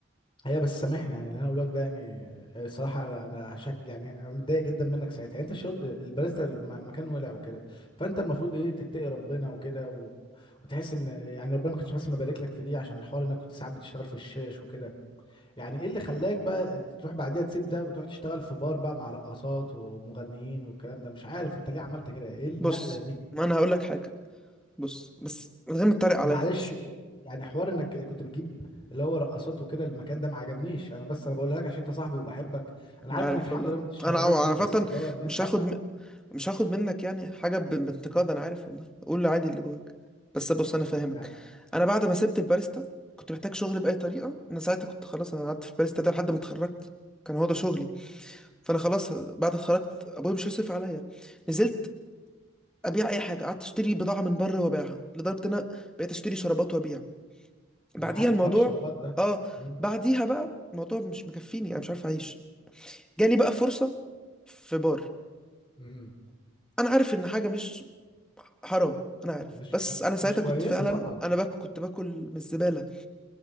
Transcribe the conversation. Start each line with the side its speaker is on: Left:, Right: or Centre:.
Left: ايوه بس سامحني يعني اللي انا اقوله لك ده يعني الصراحه انا أنا شك يعني انا متضايق جدا منك ساعتها يعني انت الشغل الباريستا الم- المكان ولع وكده فانت المفروض ايه تتقي ربنا وكده و... وتحس ان يعني ربنا ما كانش بس مبارك لك في دي عشان الحوار انك كنت ساعات بتشتغل في الشاش وكده يعني ايه اللي خلاك بقى تروح بعديها تسيب ده وتروح تشتغل في بار بقى مع رقصات ومغنيين والكلام ده مش عارف انت ليه عملت كده ايه النقله
Centre: بص
Left: دي
Centre: ما انا هقول لك حاجه بص بس من غير ما تتريق عليا
Left: ومعلش
Centre: بس
Left: يعني حوار انك كنت بتجيب اللي هو رقصات وكده المكان ده ما عجبنيش انا بس انا بقولها لك عشان انت صاحبي وبحبك انا
Centre: انا
Left: عارف
Centre: عارف
Left: انك الحمد
Centre: والله
Left: لله مش شغال
Centre: انا عو- عامة
Left: فيه بس اللي هو نفسي
Centre: مش هاخد
Left: اعرف
Centre: م... مش هاخد منك يعني حاجة ب... بانتقاد انا عارف والله قول لي عادي اللي جواك بس بص انا فاهمك
Left: يعني
Centre: انا بعد ما سبت الباريستا كنت محتاج شغل بأي طريقة انا ساعتها كنت خلاص انا قعدت في الباريستا ده لحد ما اتخرجت كان هو ده شغلي فانا خلاص بعد اتخرجت ابويا مش هيصرف عليا نزلت ابيع اي حاجة قعدت اشتري بضاعة من بره وابيعها لدرجة ان انا بقيت اشتري شرابات وابيع بعديها
Left: انا عارف
Centre: الموضوع
Left: حوار الشرابات ده
Centre: اه
Left: مم.
Centre: بعديها بقى الموضوع مش مكفيني انا مش عارف اعيش جالي بقى فرصة في بار
Left: مم.
Centre: انا عارف ان حاجة مش حرام انا عارف
Left: مش
Centre: بس انا ساعتها
Left: مش كويسه
Centre: كنت فعلا
Left: طبعا
Centre: انا باكل كنت باكل من الزبالة